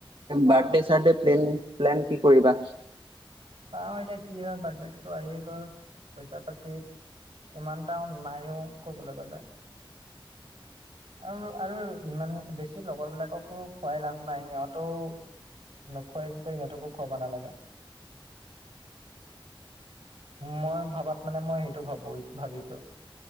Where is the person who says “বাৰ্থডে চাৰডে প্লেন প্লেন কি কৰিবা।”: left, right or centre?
Right